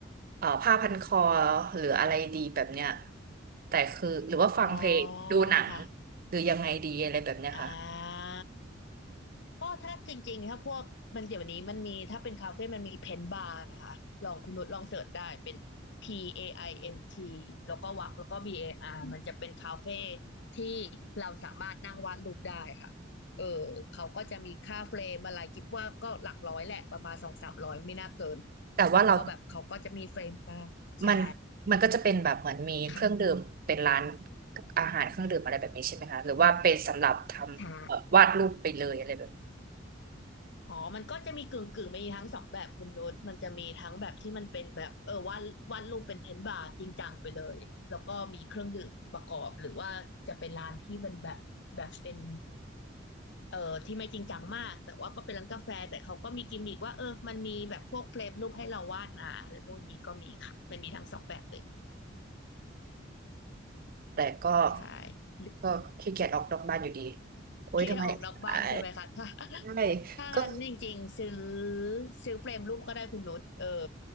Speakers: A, on the right; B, on the left.
A: เอ่อผ้าพันคอหรืออะไรดีแบบเนี้ยแต่คือหรือว่าฟังเพลงดูหนัง
B: อ๋อค่ะ
A: หรือยังไงดีอะไรแบบเนี้ยค่ะ
B: อ่าก็ถ้าจริงๆถ้าพวกมันเดี๋ยวนี้มันมีถ้าเป็นคาเฟ่มันมีเพนบาร์นะคะลองคุณนุชลองเสิร์ชได้เป็น P A I N T แล้วก็วักแล้วก็ B A R มันจะเป็นคาเฟ่ที่เราสามารถนั่งวาดรูปได้ค่ะเออเขาก็จะมีค่าเฟรมอะไรคิดว่าก็หลักร้อยแหละประมาณสองสามร้อยไม่น่าเกิน
A: แต่ว่าเรา
B: แล้วก็แบบเขาก็จะมีเฟรมตามใช่
A: มันมันก็จะเป็นแบบเหมือนมีเครื่องดื่มเป็นร้าน
B: ค่ะ
A: อาหารเครื่องดื่มอะไรแบบนี้ใช่ไหมคะหรือว่าเป็นสำหรับทำเอ่อวาดรูปไปเลยอะไรแบบ
B: ใช่ อ๋อมันก็จะมีกึ่งกึ่งมีทั้งสองแบบคุณนุชมันจะมีทั้งแบบที่มันเป็นแบบเออวาดวาดรูปเป็นเพนท์บาร์จริงจังไปเลย แล้วก็มีเครื่องดื่มประกอบหรือว่าจะเป็นร้านที่เป็นแบบแบบเป็นเอ่อที่ไม่จริงจังมากแต่ว่าก็เป็นร้านกาแฟแต่เขาก็มีกิมมิกว่าเออมันมีแบบพวกเฟรมรูปให้เราวาดนะอะไรพวกนี้ก็มีค่ะมันมีทั้งสองแบบเลย
A: แต่ก็
B: ใช่
A: ก็ขี้เกียจออกนอกบ้านอยู่ดีโอ๊ยทำไมอ่า
B: คิดจะออกนอกบ้านใช่ไหมคะถ้า <laughs>
A: ใช่
B: ถ้างั้นจริงๆซื้อ
A: ก็
B: ซื้อเฟรมรูปก็ได้คุณนุชเออ